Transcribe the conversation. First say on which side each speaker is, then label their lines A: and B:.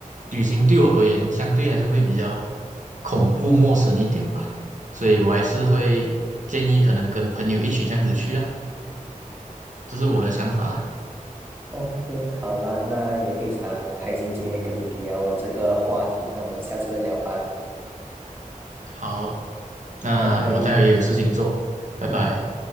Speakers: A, on the right; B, on the right.
A: 旅行对我而言，相对还是会比较恐怖陌生一点吧。所以我还是会建议可能跟朋友一起这样子去啦，这是我的想法。
B: OK，好啦，那也非常开心今天跟你聊了这个话题，那我们下次再聊吧，
A: 好，那我待会也有事情做，
B: 拜拜。
A: 拜拜。
B: 嗯。